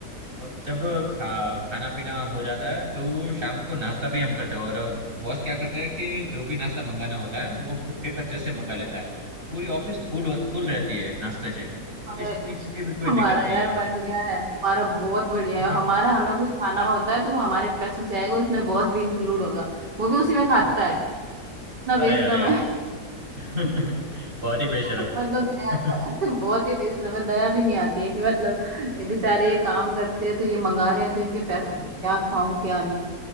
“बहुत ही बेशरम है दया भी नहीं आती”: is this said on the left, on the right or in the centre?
Right